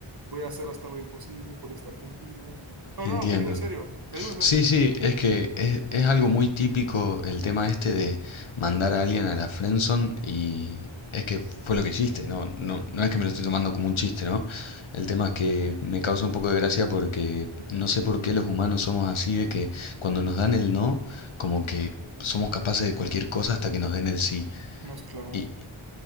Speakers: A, on the right; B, on the left.
A: voy a hacer hasta lo imposible por estar contigo. No,
B: entiendo.
A: no, te digo en serio, te digo en serio.
B: Sí, sí, es que es, es algo muy típico el tema este de mandar a alguien a la friendzone y es que fue lo que hiciste, ¿no? No, no es que me lo estoy tomando como un chiste, ¿no? El tema es que me causa un poco de gracia porque no sé por qué los humanos somos así de que cuando nos dan el no, como que somos capaces de cualquier cosa hasta que nos den el sí.
A: Nos clavamos.
B: Y